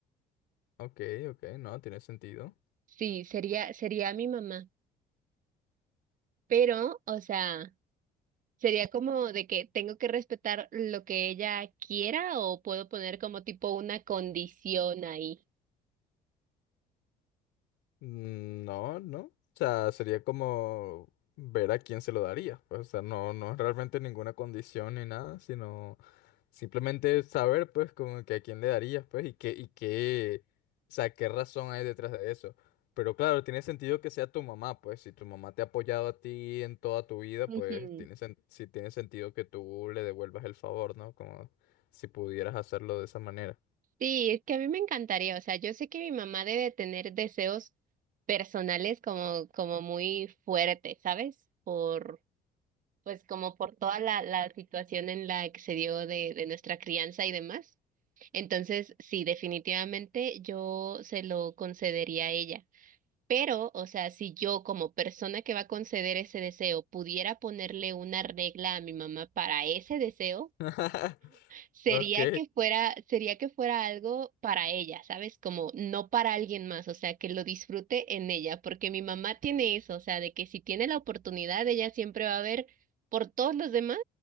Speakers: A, on the left; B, on the right.
A: Ok, ok, no, tiene sentido.
B: Sí, sería, sería mi mamá. Pero, o sea, sería como de que tengo que respetar lo que ella quiera o puedo poner como tipo una condición ahí.
A: Mm, No, no. O sea, sería como ver a quién se lo daría. Pues, o sea, no, no es realmente ninguna condición ni nada, sino simplemente saber, pues, como que a quién le darías, pues, y qué, y qué, o sea, qué razón hay detrás de eso. Pero claro, tiene sentido que sea tu mamá, pues, si tu mamá te ha apoyado a ti en toda tu vida,
B: Ujú.
A: pues, tiene sen- sí tiene sentido que tú le devuelvas el favor, ¿no? Como si pudieras hacerlo de esa manera.
B: Sí, es que a mí me encantaría. O sea, yo sé que mi mamá debe tener deseos personales como, como muy fuertes, ¿sabes? Por pues como por toda la, la situación en la que se dio de, de nuestra crianza y demás. Entonces, sí, definitivamente yo se lo concedería a ella. Pero, o sea, si yo como persona que va a conceder ese deseo pudiera ponerle una regla a mi mamá para ese deseo,
A: <laughs>
B: Sería
A: Ok.
B: que fuera, sería que fuera algo para ella, ¿sabes? Como no para alguien más, o sea, que lo disfrute en ella, porque mi mamá tiene eso, o sea, de que si tiene la oportunidad, ella siempre va a ver por todos los demás